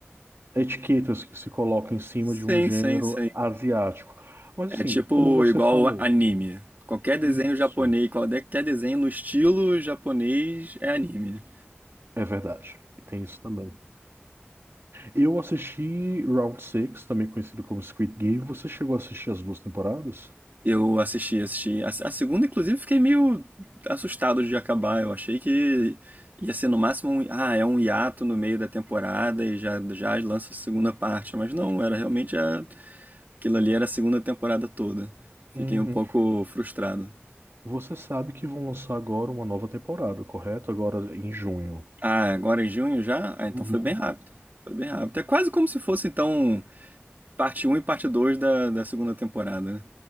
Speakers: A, on the right (about 65°); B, on the right (about 45°).
A: etiquetas que se coloca em cima
B: Sim,
A: de um gênero
B: sim, sim.
A: asiático. Mas
B: É
A: assim,
B: tipo
A: como você
B: igual
A: falou,
B: anime. Qualquer desenho
A: isso
B: japonês, qualquer desenho no estilo japonês é anime.
A: é verdade. E tem isso também. Eu assisti Round Six, também conhecido como Squid Game. Você chegou a assistir as duas temporadas?
B: Eu assisti, assisti. A, a segunda, inclusive, fiquei meio assustado de acabar. Eu achei que ia ser no máximo um, ah, é um hiato no meio da temporada e já, já lança a segunda parte. Mas não, era realmente a, aquilo ali era a segunda temporada toda.
A: Uhum.
B: Fiquei um pouco frustrado.
A: Você sabe que vão lançar agora uma nova temporada, correto? Agora em junho.
B: Ah, agora em junho já? Ah, então
A: Uhum.
B: foi bem rápido. Foi bem rápido. É quase como se fosse, então, parte um e parte 2 da, da segunda temporada, né?